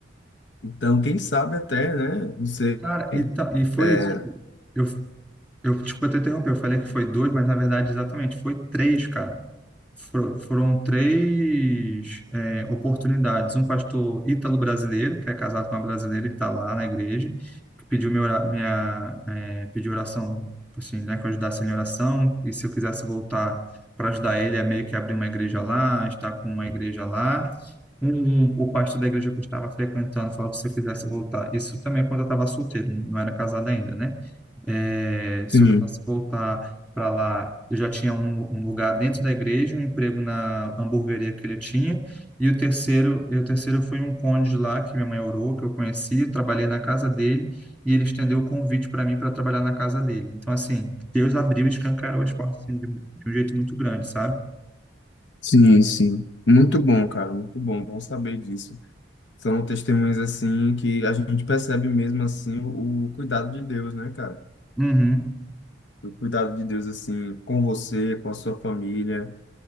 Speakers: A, on the left (about 65°); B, in the centre.
A: Então, quem sabe até, né? Você.
B: Cara, e, ta- e foi
A: É,
B: isso. tipo, Eu, eu, desculpa te interromper, eu falei que foi dois, mas na verdade, exatamente, foi três, cara. Fro- Foram três, é, oportunidades. Um pastor ítalo-brasileiro, que é casado com uma brasileira e está lá na igreja. pediu minha, ora- minha eh, pediu oração, assim, né, que eu ajudasse ele em oração, e se eu quisesse voltar para ajudar ele, é meio que abrir uma igreja lá, estar com uma igreja lá. Um, um, o pastor da igreja que eu estava frequentando falou que se eu quisesse voltar, isso também quando eu estava solteiro, não era casado ainda, né? Eh,
A: sim.
B: se eu quisesse voltar para lá, eu já tinha um, um lugar dentro da igreja, um emprego na hamburgueria que ele tinha, e o terceiro, e o terceiro foi um cônjuge lá que minha mãe orou, que eu conheci, trabalhei na casa dele, e ele estendeu o convite para mim para trabalhar na casa dele. Então, assim, Deus abriu e escancarou as portas assim, de, um de um jeito muito grande, sabe?
A: Sim, sim. Muito bom, cara, muito bom. Bom saber disso. São testemunhas assim que a gente percebe mesmo assim o, o cuidado de Deus, né, cara?
B: Uhum.
A: O cuidado de Deus assim com você, com a sua família.